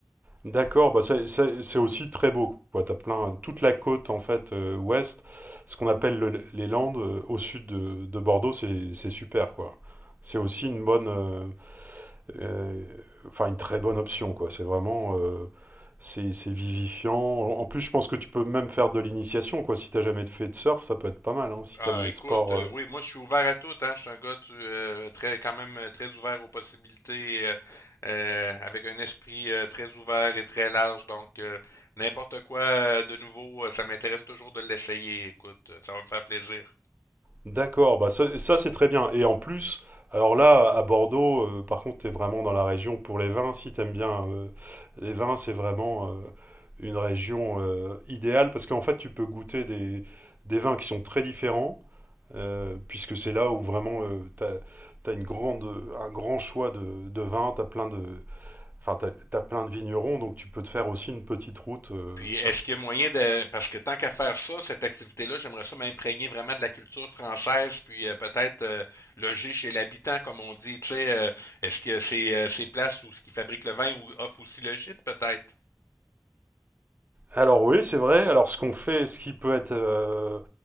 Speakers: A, on the right; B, on the left.
A: D'accord, bah c'est c'est- c'est aussi très beau, quoi. T'as plein, toute la côte, en fait, euh, ouest, ce qu'on appelle le- les Landes, euh, au sud de, de Bordeaux, c'est c'est super, quoi. C'est aussi une bonne, euh, euh, enfin, une très bonne option, quoi. C'est vraiment, euh, c'est c'est vivifiant. En en plus, je pense que tu peux même faire de l'initiation, quoi. Si t'as jamais fait de surf, ça peut être pas mal, hein, si
B: Ah,
A: t'aimes les
B: écoute,
A: sports.
B: euh,
A: euh,
B: oui, moi je suis ouvert à tout, hein. Je suis un gars tu, euh, très, quand même euh, très ouvert aux possibilités, euh, euh, avec un esprit euh, très ouvert et très large. Donc, euh, n'importe quoi euh, de nouveau, euh, ça m'intéresse toujours de l'essayer. Écoute, euh, ça va me faire plaisir.
A: D'accord, bah ça, ça, c'est très bien. Et en plus, alors là, à Bordeaux, euh, par contre, t'es vraiment dans la région pour les vins, si t'aimes bien euh, les vins, c'est vraiment euh, une région euh, idéale parce qu'en fait, tu peux goûter des, des vins qui sont très différents, euh, puisque c'est là où vraiment euh, t'as, t'as une grande, un grand choix de, de vins, t'as plein de, enfin, t'as, t'as plein de vignerons, donc tu peux te faire aussi une petite route. euh,
B: Puis est-ce qu'il y a moyen de. Parce que tant qu'à faire ça, cette activité-là, j'aimerais ça m'imprégner vraiment de la culture française, puis euh, peut-être euh, loger chez l'habitant, comme on dit. Tu sais, euh, est-ce que c'est euh, ces places où ce qui fabrique le vin ou offre aussi le gîte, peut-être?
A: Alors oui, c'est vrai. Alors ce qu'on fait, ce qui peut être... euh,